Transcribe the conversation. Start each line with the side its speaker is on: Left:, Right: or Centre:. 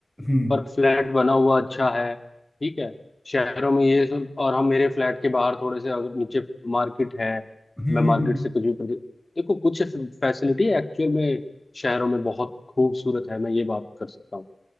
Centre: हम्म
Left: पर फ्लैट बना हुआ अच्छा है ठीक है शहरों में ये सब और हम मेरे फ्लैट के बाहर थोड़े से अगर नीचे मार्केट है
Centre: हम्म
Left: मैं मार्केट
Centre: हम्म हम्म।
Left: से कुछ भी प्रदे- देखो कुछ फैसिलिटी एक्चुअल में शहरों में बहुत खूबसूरत है मैं ये बात कर सकता हूँ